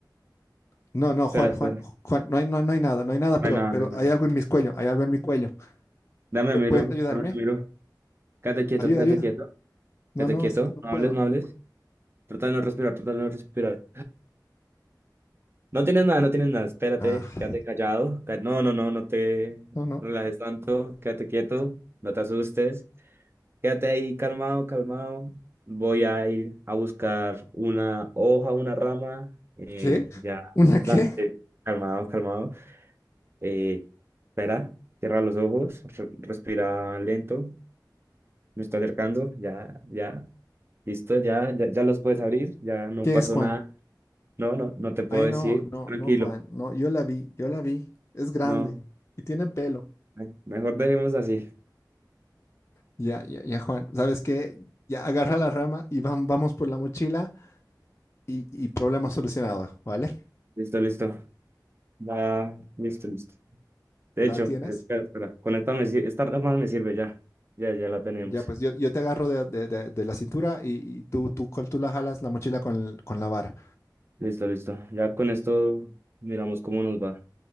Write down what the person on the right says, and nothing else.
Espera,
espera.
No hay nada,
no hay nada.
Dame,
miro,
dame, miro. Quédate quieto,
quédate
quieto,
quédate
quieto.
No hables, no hables. Trata de no respirar, trata de no respirar. No tienes nada, no tienes nada. Espérate,
quédate callado. Ca- No, no, no, no te
relajes tanto. Quédate quieto, no te asustes. Quédate ahí calmado, calmado. Voy a ir a buscar una hoja, una rama. eh,
ya,
da-
eh, calmado, calmado. Eh, espera, cierra los ojos, re- respira lento, me está acercando, ya, ya, listo, ya, ya, ya los puedes abrir, ya no
pasó
nada, no, no, no te puedo
decir,
tranquilo,
no,
ay, mejor dejemos así,
listo, listo, ya, listo, listo. De
hecho,
eh, espera, espera, con esta, me, sir- esta rama me sirve ya, ya, ya la tenemos,
listo, listo, ya con esto miramos cómo nos va,